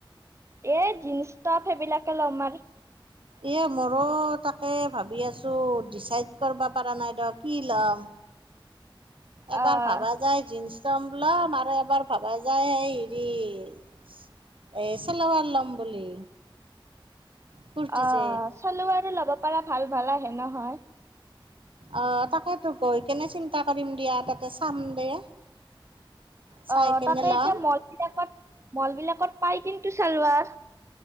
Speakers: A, on the right; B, on the right.
A: এ জীন্স টপ সেইবিলাকে লম আৰ
B: এ মোৰো তাকে ভাবি আছোঁ ডিচাইড কৰবা পৰা নাই দ কি ল'ম এবাৰ
A: আহ
B: ভাবা যায় জীনছ ম ল'ম আৰু এবাৰ ভাবা যায় সেই হেৰি এই চেলোৱাৰ ল'ম বুলি কুৰ্তি
A: অ
B: ছেট
A: চেলোৱাৰে ল'ব পাৰা ভাল ভাল আহে নহয়
B: আহ তাকেতো, গৈ কেনে চিন্তা কৰিম দিয়া তাতে চাম দে চাই
A: অ
B: কেনে
A: তাতে
B: ল'ম
A: এতিয়া মল বিলাকত মল বিলাকত পাই কিন্তু চালোৱাৰ